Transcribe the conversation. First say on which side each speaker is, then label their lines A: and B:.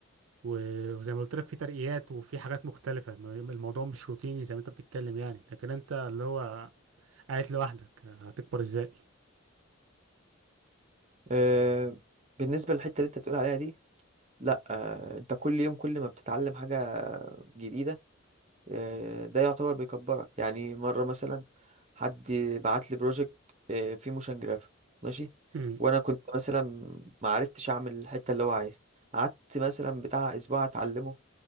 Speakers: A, on the right; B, on the right.
A: و- وزي ما قلت لك في ترقيات وفي حاجات مختلفة م- الموضوع مش روتيني زي ما انت بتتكلم يعني لكن انت اللي هو قاعد لوحدك هتكبر ازاي
B: آه، بالنسبة للحتة اللي انت بتقول عليها دي لا آه، انت كل يوم كل ما بتتعلم حاجة جديدة آه، ده يعتبر بيكبرك يعني مرة مثلا حد بعت لي بروجكت فيه موشن جرافيك ماشي
A: مم.
B: وانا كنت مثلا ما عرفتش اعمل الحتة اللي هو عايز قعدت مثلا بتاع اسبوع اتعلمه